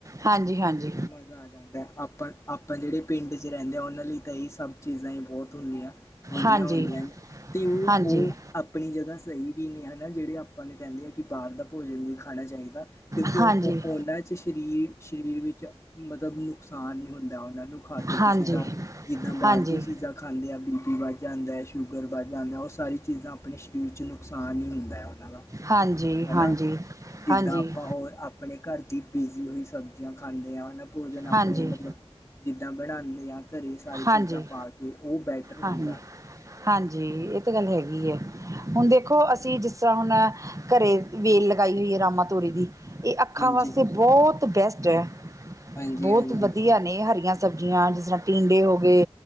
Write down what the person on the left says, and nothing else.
ਤਾਂ
ਮਜ਼ਾ ਆ ਜਾਂਦਾ। ਆਪਾਂ ਆਪਾਂ ਜਿਹੜੇ ਪਿੰਡ ਚ ਰਹਿੰਦੇ ਆ ਉਹਨਾਂ ਲਈ ਤਾਂ ਇਹ ਸਭ ਚੀਜ਼ਾਂ ਹੀ ਬਹੁਤ ਹੁੰਦੀਆਂ। ਵਧੀਆ
ਹੁੰਦੀਆਂ ਨੇ ਤੇ ਉਹ
ਓ ਆਪਣੀ ਜਗ੍ਹਾ ਸਹੀ ਵੀ ਨੇ ਹਨਾ ਜਿਹੜੇ ਆਪਾਂ ਨੂੰ ਕਹਿੰਦੇ ਆ ਕਿ ਬਾਹਰ ਦਾ ਭੋਜਨ ਨਹੀਂ ਖਾਣਾ ਚਾਹੀਦਾ। ਕਿਉਂਕਿ
ਉਹ
ਉਹਨਾਂ ਚ ਸਰੀਰ ਸਰੀਰ ਵਿੱਚ ਮਤਲਬ ਨੁਕਸਾਨ ਨੀ ਹੁੰਦਾ ਉਹਨਾਂ ਨੂੰ ਖਾ ਕੇ
ਕਿਸੇ ਦਾ ਜਿੱਦਾਂ ਬਾਰ
ਦੀ ਚੀਜਾਂ ਖਾਂਦੇ ਆ ਬੀ ਪੀ ਵੱਧ ਜਾਂਦੈ, ਸ਼ੂਗਰ ਵੱਧ ਜਾਂਦੈ ਓ ਸਾਰੀ ਚੀਜ਼ਾਂ ਆਪਣੇ ਸ਼ਰੀਰ ਚ ਨੁਕਸਾਨ ਈ ਹੁੰਦੈ। ਹੈਗਾ
ਹਨਾ
ਜਿੱਦਾਂ
ਆਪਾਂ ਹੋਰ ਆਪਨੇ ਘਰ ਦੀ ਬੀਜ਼ੀ ਹੋਈ ਸਬਜ਼ੀਆਂ ਖਾਂਦੇ ਆ ਹੁਨ ਭੋਜਨ
ਆਪਣੇ ਮਤਲਬ ਜਿੱਦਾਂ ਬਣਾਂਦੇ ਆਂ ਘਰੇ ਸਾਰੀ
ਚੀਜ਼ਾਂ ਪਾ ਕੇ ਓ ਬੈਟਰ ਹੁੰਦਾ।
ਲਈ
ਹਾਂਜੀ
ਹਾਂਜੀ
ਹਾਂਜੀ